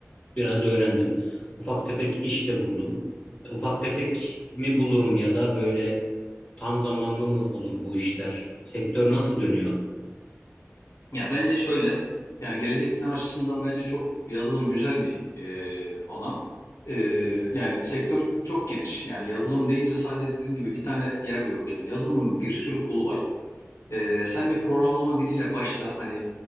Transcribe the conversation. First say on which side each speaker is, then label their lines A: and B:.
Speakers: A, on the left; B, on the left.
A: biraz öğrendim. Ufak tefek iş de buldum. E, Ufak tefek mi bulurum ya da böyle tam zamanlı mı olur bu işler? Sektör nasıl dönüyor?
B: Ya bence şöyle yani gelecek plan açısından bence çok yazılım güzel bir e, alan. E, yani sektör çok geniş. Yani yazılım deyince sadece dediğim gibi bir tane yer de yok yani. Yazılımın bir sürü kolu var. Ee, sen bir programlama diliyle başla. Hani